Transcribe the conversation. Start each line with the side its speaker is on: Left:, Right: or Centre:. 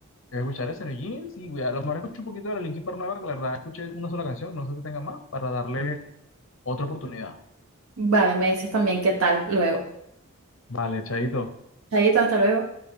Left: a escuchar eso en el jeans y voy a, a lo mejor escucho un poquito de la Linkin Park nueva, que la verdad escuché una sola canción, no sé si tenga más, para darle otra oportunidad.
Right: Vale, me dices también qué tal luego.
Left: Vale, chaito.
Right: Chayito, hasta luego.